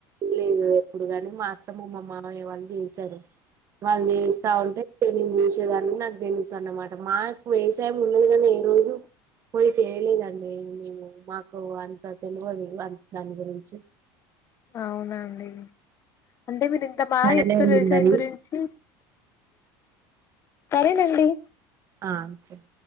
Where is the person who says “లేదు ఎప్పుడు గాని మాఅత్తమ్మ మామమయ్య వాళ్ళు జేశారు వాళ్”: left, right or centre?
Right